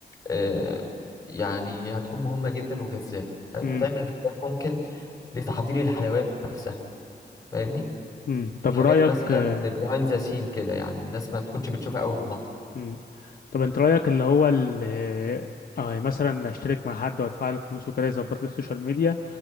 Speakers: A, on the left (about 20°); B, on the left (about 55°).
A: آه يعني هتكون مهمة جدا وجذابة حلو
B: امم
A: تعمل فيديوهات ممكن لتحضير الحلويات نفسها فاهمني
B: امم طب
A: حاجات
B: رايك
A: مثلا
B: آه،
A: بيهايند ذا سين كده يعني الناس ما تكونش بتشوفها قوي في المطعم
B: امم طب انت رايك اللي هو ال... آه، مثلا اشترك مع حد وادفع له فلوس وكده يظبط لي السوشيال ميديا